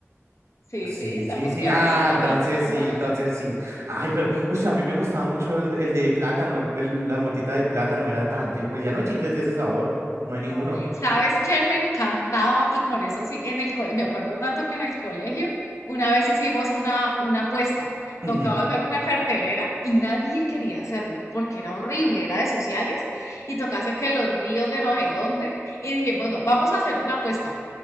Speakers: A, on the left (about 80°); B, on the right (about 70°).
A: Sí,
B: sí,
A: sí, estamos
B: sí, sí.
A: clarísimos
B: Ah, entonces
A: de lo que estamos
B: sí,
A: hablando.
B: entonces sí. Ay, pero, uy, a mí me gustaba mucho el, el de plátano, el- el- la motita de plátano era tan rico. Ya no hay chicles de ese sabor, no hay ninguno.
A: Ah, ¿Sabes qué me encantaba? Y con eso sí, en el colegio, me acuerdo tanto que en el colegio una vez hicimos una, una apuesta.
B: Ujú.
A: Tocaba hacer una cartelera y nadie quería hacerla porque era horrible, era de sociales y tocaba hacer que los ríos de no sé dónde. Y dijimos, no, vamos a hacer una apuesta.